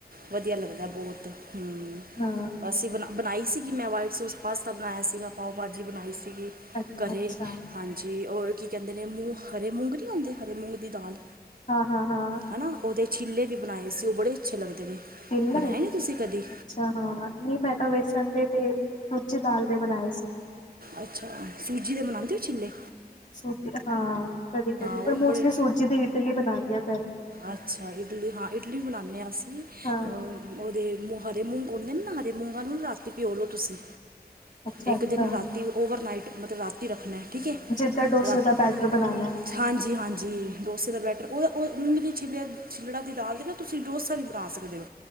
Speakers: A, on the right; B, on the left.
A: ਵਧੀਆ ਲੱਗਦਾ ਬਹੁਤ, ਹਮ
B: ਹਾਂ
A: ਅਸੀਂ ਬਣਾ ਬਣਾਈ ਸੀ ਕਿ ਮੈਂ ਵਾਈਟ ਸੋਸ ਪਾਸਤਾ ਬਣਾਇਆ ਸੀਗਾ, ਪਾਓ ਭਾਜੀ ਬਣਾਈ ਸੀਗੀ
B: ਅੱਛਾ
A: ਘਰੇ
B: ਅੱਛਾ
A: ਹਾਂਜੀ, ਹੋਰ ਕੀ ਕਹਿੰਦੇ ਨੇ ਮੂੰਗ ਹਰੇ ਮੂੰਹ ਹੁੰਦੇ ਹਰੇ ਮੂੰਗ ਦੀ ਦਾਲ
B: ਹਾਂ -ਹਾਂ -ਹਾਂ
A: ਹਨਾ ਉਹਦੇ ਚੀਲੇ ਵੀ ਬਣਾਏ ਸੀ ਉਹ ਬੜੇ ਅੱਛੇ ਲੱਗਦੇ ਨੇ
B: ਪ ਨੇ
A: ਬਣਾਏ
B: <unintelligible>
A: ਤੁਸੀਂ
B: <unintelligible>
A: ਕਦੀ
B: ਅੱਛਾ ਹਾਂ ਨਹੀਂ ਮੈਂ ਤਾਂ ਵੇਸਣ ਦੇ ਤੇ ਸੂਜੀ, ਦਾਲ ਦੇ ਬਣਾਏ ਸੀ
A: ਅੱਛਾ ਸੂਜੀ ਦੇ ਬਣਾਉਂਦੇ ਹੋ ਚਿੱਲੇੇ
B: ਸੂਜੀ ਹਾਂ ਕਦੀ ਕਦੀ
A: ਉਹ
B: ਪਰ
A: ਵੀ
B: ਮੋਸਟਲੀ
A: ਬੜੇ
B: ਸੂਜੀ ਦੀ ਇਡਲੀ ਬਣਾਉਂਦੇ ਆ ਘਰੇ
A: ਅੱਛਾ ਇਡਲੀ ਹਾਂ ਇਡਲੀ ਬਣਾਉਦੇ ਹਾਂ ਅਸੀਂ
B: ਹਾਂ
A: ਉਹਦੇ ਹਰੇ ਮੂੰਗ ਹੁੰਦੇ ਨੇ ਨਾ ਹਰੇ ਮੂੰਗਾਂ ਨੂੰ ਰਾਤੀ ਭਿਉ ਲਓ ਤੁਸੀਂ
B: ਅੱਛਾ
A: ਇੱਕ
B: ਅੱਛਾ
A: ਦਿਨ ਰਾਤੀ ਓਵਰਨਾਈਟ ਮੱਤਲਬ ਰਾਤੀ ਰੱਖਣਾ ਠੀਕ ਹੈ
B: ਜਿੱਦਾਂ ਡੋਸੇ
A: ਰਾਤੀ
B: ਦਾ ਬੈਟਰ ਬਣਾਉਣਾ ਹੈ।
A: ਹਾਂਜੀ- ਹਾਂਜੀ ਡੋਸੇ ਦਾ ਬੈਟਰ ਉਹਦਾ ਉਹ ਮੂੰਗ ਦੀ ਛਿਲਆ ਛਿਲੜਾ ਦੀ ਦਾਲ ਦੇ ਨਾ ਤੁਸੀਂ ਡੋਸਾ ਵੀ ਬਣਾ ਸਕਦੇ ਹੋ